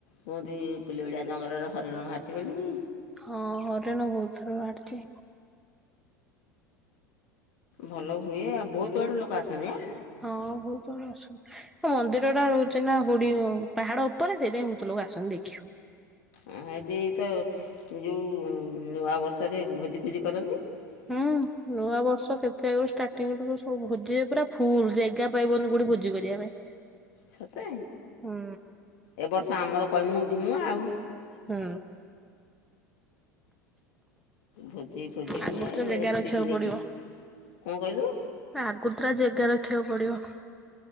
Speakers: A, on the left; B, in the centre.
A: କୁହନ୍ତି ପିଲୋଏଡ଼ିଆ ଜଙ୍ଗଲରେ ହରିଣ ବାହାରିଛି ବୋଲିକି।
B: ହଁ ହରିଣ ବହୁତ ଥର ବାହାରିଛି।
A: ଭଲ ହୁଏ ଆଉ ବହୁତଆଡ଼ୁ ଲୋକ ଆସନ୍ତି ଆଁ?
B: ହଁ ବହୁତ ଆଡୁ ଆସନ୍ତି। ମନ୍ଦିରଟା ରହୁଛି ନା ହୁଡ଼ି ପାହାଡ଼ ଉପରେ ସେଇଥିପାଇଁ ବହୁତ ଲୋକ ଆସନ୍ତି ଦେଖିବାକୁ।
A: ହେଇଠି ତ ଯୋଉ ନୂଆବର୍ଷରେ ଭୋଜି ଫୋଜି କରନ୍ତି। <inaudible>
B: ହୁଁ ନୂଆ ବର୍ଷ କେତେ ଆଗରୁ ଷ୍ଟାର୍ଟିରୁ ତ ଭୋଜିରେ ପୁରା ଫୁଲ ଜାଗା ପାଇବନି କୋଉଠି ଭୋଜି କରିବା ପାଇଁ।
A: ସତେ
B: ହୁଁ
A: ଏ ବର୍ଷ ଆମର କମୁ ଯିମୁ ଆଉ।
B: ହୁଁ।
A: ଭୋଜି ଫୋଜି ହୁଏ
B: ଆଗତୁରା ଜାଗା ରଖିବାକୁ
A: ପିକନିକ୍
B: ପଡିବ।
A: କଣ କହିଲୁ?
B: ଆଗତୁରା ଜାଗା ରଖିବାକୁ ପଡ଼ିବ।